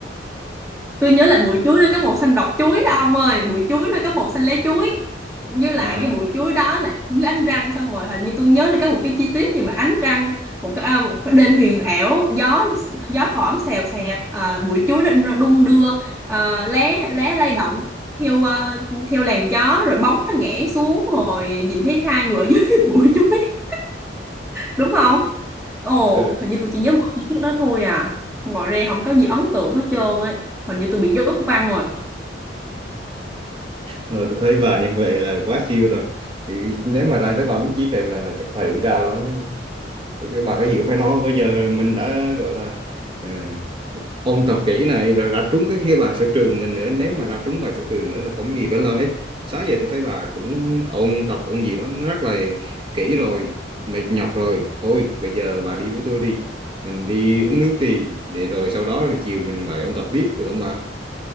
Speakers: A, in the centre; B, on the right.
A: tôi nhớ là bụi chuối nó có màu xanh đọt chuối đó ông ơi bụi chuối nó có màu xanh lá chuối như
B: à
A: lại cái bụi chuối đó là dưới ánh trăng xong rồi hình như tôi nhớ là có một cái chi tiết gì mà ánh trăng một cái à, một cái đêm huyền ảo gió gió thoảng xèo xèo à, bụi chuối nó nó đung đưa à, lá lá lay động theo à, theo làn gió rồi bóng nó ngã xuống rồi nhìn thấy hai người ở dưới <laughs> bụi chuối đúng không ồ
B: ừ.
A: hình như tôi chỉ nhớ một chi tiết đó thôi à ngoài ra không có gì ấn tượng hết trơn ấy hình như tôi bị dốt văn rồi
B: Rồi tôi thấy bà như vậy là quá siêu rồi. Thì nếu mà ra tới phẩm chí phèo này là chắc phải cũng cao lắm ấy. Cái Bà có gì cũng phải nói không? bây giờ mình đã gọi là ừ, ôn tập kỹ này rồi ra trúng cái, cái bài sở trường mình nữa nếu mà ra trúng bài sở trường nữa là không có gì phải lo hết sáng giờ tôi thấy bà cũng ôn tập ôn gì đó nó rất là kỹ rồi mệt nhọc rồi thôi bây giờ bà đi với tôi đi mình đi uống nước đi để rồi sau đó là chiều mình lại ôn tập tiếp được không bà